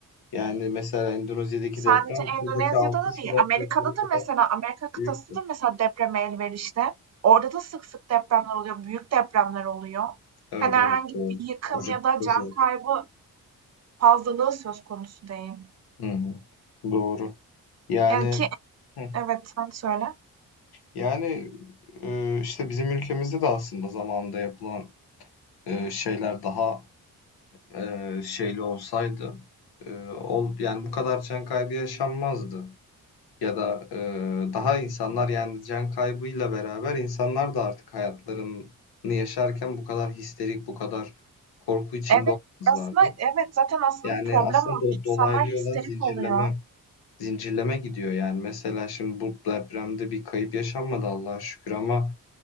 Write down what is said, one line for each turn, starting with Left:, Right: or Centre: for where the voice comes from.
Left: Yani mesela Endonezya'daki
Right: Sadece
Left: deprem
Right: Endonezya'da
Left: buradaki 6
Right: da değil,
Left: Şubat
Right: Amerika'da
Left: depremi
Right: da
Left: kadar
Right: mesela Amerika kıtası
Left: büyüktü.
Right: da mesela depreme elverişli. Orada da sık sık depremler oluyor, büyük depremler oluyor.
Left: Evet
Right: Hani herhangi
Left: evet doğru.
Right: bir yıkım
Left: Koca
Right: ya
Left: kıta
Right: da can
Left: zaten.
Right: kaybı fazlalığı söz konusu değil.
Left: Hı hı. Doğru. Yani
Right: Yani ki
Left: hı.
Right: evet sen söyle.
Left: yani e, işte bizim ülkemizde de aslında zamanında yapılan e, şeyler daha e, şeyli olsaydı e, ol, yani bu kadar can kaybı yaşanmazdı. Ya da eee, daha insanlar yani can kaybıyla beraber insanlar da artık hayatlarını yaşarken bu kadar histerik, bu kadar korku içinde
Right: Evet
Left: olmazlardı.
Right: aslında evet zaten aslında
Left: Yani
Right: problem
Left: aslında
Right: orada.
Left: do-
Right: İnsanlar
Left: dolaylı
Right: histerik
Left: yoldan zincirleme
Right: oluyor.
Left: zincirleme gidiyor yani. Mesela şimdi bu depremde bir kayıp yaşanmadı Allah'a şükür ama